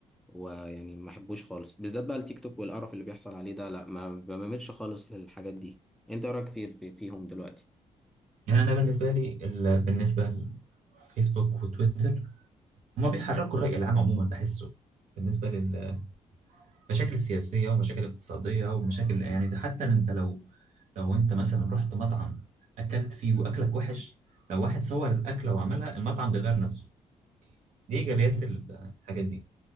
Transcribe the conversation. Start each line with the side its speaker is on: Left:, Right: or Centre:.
Centre: ويعني ما أحبوش خالص بالذات بقى التيك توك والقرف اللي بيحصل عليه ده لا ما بميلش خالص للحاجات دي أنت إيه رأيك في في- فيهم دلوقتي؟
Right: يعني انا بالنسبه لي ال... بالنسبه لفيسبوك وتويتر هما بيحركوا الراي العام عموما بحسه بالنسبه للمشاكل السياسيه ومشاكل اقتصاديه ومشاكل يعني ده حتى انت لو لو انت مثلا رحت مطعم اكلت فيه واكلك وحش لو واحد صور الاكله وعملها المطعم بيغير نفسه دي ايجابيات ال- الحاجات دي